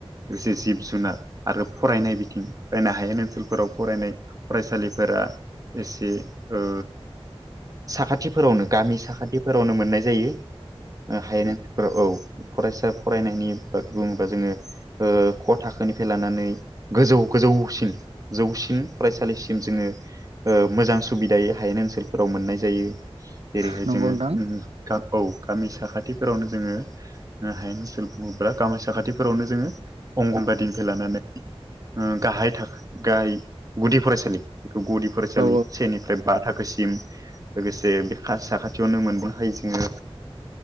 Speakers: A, on the right; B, on the right.
A: लोगोसे जिब जुनार आरो फरायनाय बिथिं फरायनो हायै ओनसोलफोराव फरायनाय। फरायसालिफोरा एसे ओ साखाथि फोरावनो गामि साखाथिफोरावनो मोननाय जायो हायेन ओनसोलारिफोराव औ फरायसा फरायनायनि बा बुङोबा जोङो ओ ख' थाखोनिफ्राय लानानै गोजौ गोजौसिन जौसिन फरायसालिसिम जोङो मोजां सुबिदायै हायेन ओनसोलफोराव मोननाय जायो। जेरैहाय
B: नंगौ
A: जोङो
B: नोंथां
A: औ गामि साखाथिफोरावनो जोङो हायेन ओनसोल बुङोब्ला गामि साखाथिफोरावनो जोङो अंगनबादिनिफ्राय लानानै गाहाय गाहाय गुदि फरायसालि बेखौ गुदि फरायसालि
B: औ
A: सेनिफ्राय बा थाखोसिम लोगोसे बे साखाथियावनो मोनबो हायो जोङो